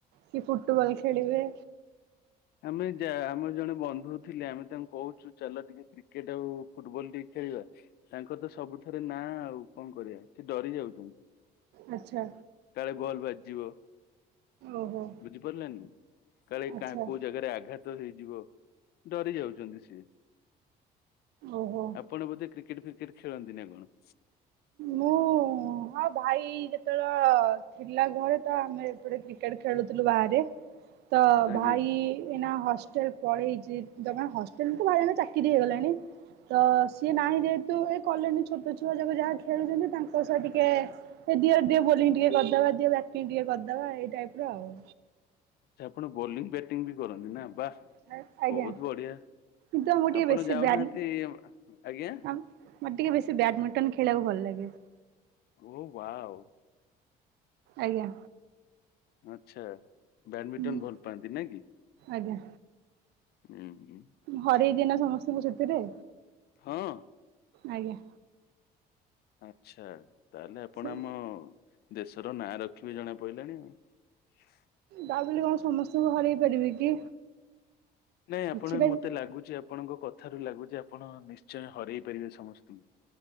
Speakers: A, on the right; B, on the left.
A: କି ଫୁଟବଲ୍ ଖେଳିବେ।
B: ଆମେ ଯା ଆମର ଜଣେ ବନ୍ଧୁ ଥିଲେ ଆମେ ତାଙ୍କୁ କହୁଛୁ ଚାଲ ଟିକେ କ୍ରିକେଟ୍ ଆଉ ଫୁଟବଲ୍ ଟିକେ। ଖେଳିବା ତାଙ୍କର ତ ସବୁଥେରେ ନାଁ ଆଉ କଣ କରିବା ସେ ଡରି ଯାଉଚନ୍ତି।
A: ଆଚ୍ଛା
B: କାଳେ ବଲ ବାଜିଯିବ।
A: ଓହୋ
B: ବୁଝି ପାରିଲେନି କାଳେ
A: ଆଚ୍ଛା
B: କା କୋଉ ଜାଗାରେ ଆଘାତ ହେଇଯିବ। ଡରି ଯାଉଚନ୍ତି ସେ
A: ଓହୋ
B: ଆପଣ ବୋଧେ କ୍ରିକେଟ୍ ଫ୍ରିକେ କଁ ଖେଳନ୍ତି ନା କଣ।
A: ମୁଁ ହଁ ଭାଇ ଯେତେବେଳ ଥିଲା ଘରେ ତ ଆମେ ଏପଟେ କ୍ରିକେଟ୍ ଖେଳୁଥୁଲୁ ବାହାରେ। ତ
B: ଆଜ୍ଞା।
A: ଭାଇ ଏଇନା ହ ଷ୍ଟେଲ୍ ପଳେଇଚି ତ ମାନେ ହଷ୍ଟେଲ ତ ଭାଇର ଏଇନା ଚାକିରି ହେଇଗଲାଣି।। ତ ସିଏ ନାହିଁ ଯେହେତୁ ଏ କଲୋନି ଛୋଟ ଛୁଆ ଯାକ ଯାହା। ଖେଳୁଚନ୍ତି ତାଙ୍କ ସହ ଟିକେ ସେ ଦିଅରେ ଦିଅ ବୋଲିଂ ଟିକେ କରିଦବା ଦିଅ ବ୍ୟାଟିଂ ଟିକେ କରିଦବା ଏଇ ଟାଇପ୍ ର। ଆଉ।
B: ଆଚ୍ଛା ଆପଣ ବୋଲିଂ ବ୍ୟାଟିଂ ବି କରନ୍ତି ନା ବାଃ
A: ଆଜ୍ଞା
B: ବହୁତ୍ ବଢିଆ।
A: କିନ୍ତୁ ଆମକୁ ଟିକେ
B: ଆପଣ
A: ବେଶୀ
B: ଯାଉନାହାନ୍ତି
A: ବ୍ୟାନ
B: ଆଜ୍ଞା।
A: ଆମ୍ ମୋତେ ଟିକେ ବେଶୀ ବ୍ୟାଡମିଣ୍ଟନ୍ ଖେଳିବାକୁ ଭଲ ଲାଗେ। <unintelligible>
B: ଓ ୱାଓ।
A: ଆଜ୍ଞା।
B: ଆଛା, ବ୍ୟାଡମିଟନ
A: ହୁଁ
B: ଭଲ ପାଆନ୍ତି ନାଇ କି?
A: ଆଜ୍ଞା
B: ହୁଁ ହୁଁ
A: ହରେଇ ଦିଏ ନା ସମସ୍ତଙ୍କୁ ସେଥିରେ।
B: ହଁ।
A: ଆଜ୍ଞା।
B: ଆଛା ତାହେଲେ ଆପଣ
A: ସେ
B: ଆମ ଦେଶର ନାଁ ରଖି ବେ ଜଣା ପଇିଲାଣି ଆଉ।
A: ତା ବେଲି କଣ ସମସ୍ତଙ୍କୁ ହରେଇ ପାରିବି କି?
B: ନାଇଁ
A: କିଛିଟା
B: ଆପଣ ବି ମତେ ଲାଗୁଛି ଆ ଆପଣଙ୍କ କଥାରୁ ଲାଗୁ ଯେ ଆପଣ ନିଶ୍ଚୟ ହରେଇ ପାରିବେ ସମସ୍ତଙ୍କୁ।